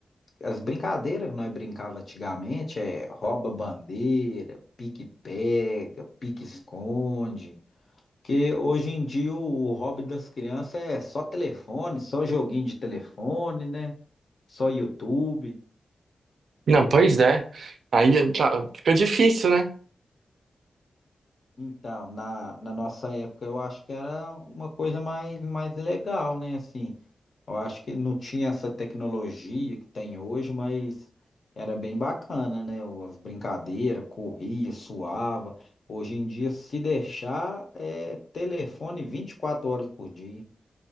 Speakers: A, on the left; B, on the right.
A: as brincadeiras que nós brincava antigamente é rouba bandeira, pique pega, pique esconde. Porque hoje em dia o hobby das crianças é só telefone, só joguinho de telefone, né? Só YouTube.
B: Não, pois é. Aí tá, fica difícil, né?
A: Então, na, na nossa época eu acho que era uma coisa mais, mais legal, né? Assim, Eu acho que não tinha essa tecnologia que tem hoje, mas era bem bacana, né? As brincadeiras, corria, suava. Hoje em dia, se deixar, é telefone 24 horas por dia.